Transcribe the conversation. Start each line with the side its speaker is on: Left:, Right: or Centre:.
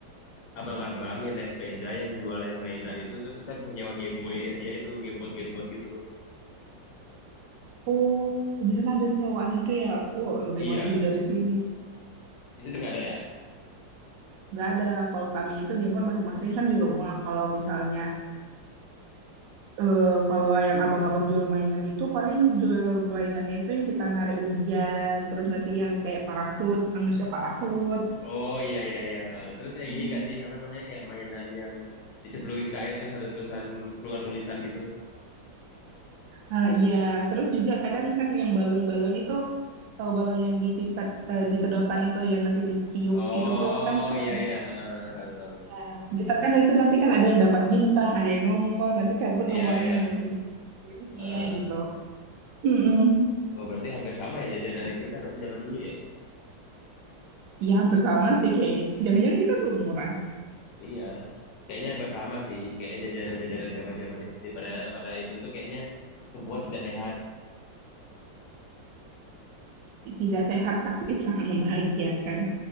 Left: abang-abang yang naik sepeda yang jualin mainan itu terus kita bisa nyewa Game Boy ya dia itu gamebot gamebot gitu.
Right: oh, di sana ada sewaan itu ya. Oh, lebih
Left: Iya,
Right: maju dari sini.
Left: itu udah nggak ada ya?
Right: Nggak ada. Kalau kami itu gameport masing-masing kan di rumah. Kalau misalnya, eh kalau yang abang-abang jual mainan itu paling jual mainannya itu yang kita narik undian, terus nanti yang kayak parasut, manusia parasut.
Left: Oh iya iya iya. Terus yang
Right: Hmm.
Left: ini nggak sih apa namanya kayak mainan yang dicemplungin ke air terus ada tulisan keluar tulisan gitu.
Right: Eh, Iya, terus juga kadang kan yang balon-balon itu, tahu balon yang dipipet, eh, di sedotan itu yang nanti ditiup
Left: Oh
Right: itu tuh kan kalau
Left: iya
Right: di,
Left: iya, Eh, tahu tahu.
Right: ya, ditekan itu nanti kan ada yang dapat bintang, ada yang nomor, nanti cabut
Left: Iya
Right: nomornya
Left: iya.
Right: nomor segini, segininya
Left: Eh,
Right: gitu. Mm-mm.
Left: oh berarti hampir sama ya jajanannya kita berarti zaman dulu ya?
Right: Ya, hampir sama sih kayaknya. Jangan-jangan kita seumuran.
Left: Iya, kayaknya yang pertama sih, kayak jajanan-jajanan zaman-zaman SD pada pada itu tuh kayaknya semua tidak sehat.
Right: Tidak sehat tapi sangat membahagiakan.